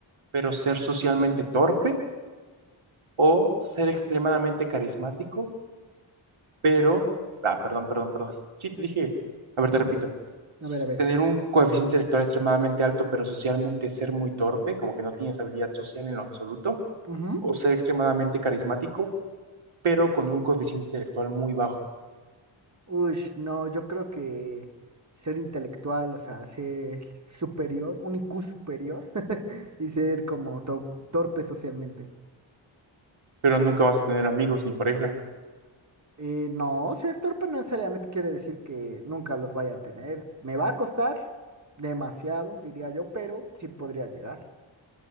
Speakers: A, on the right (about 80°); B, on the right (about 35°).
A: pero ser socialmente torpe? ¿O ser extremadamente carismático, pero... Ah, perdón, perdón, perdón. Sí, te dije, a ver, te repito. S-
B: A ver, a ver.
A: Tener un coeficiente intelectual extremadamente alto, pero socialmente ser muy torpe, como que no tienes habilidad social en lo absoluto,
B: Ujú.
A: o ser extremadamente carismático, pero con un coeficiente intelectual muy bajo,
B: Uy, no, yo creo que ser intelectual, o sea, ser superior, un IQ superior <laughs> y ser como to- torpe socialmente.
A: pero nunca vas a tener amigos ni pareja.
B: Eh, no, ser torpe no necesariamente quiere decir que nunca los vaya a tener. Me va a costar demasiado, diría yo, pero sí podría llegar,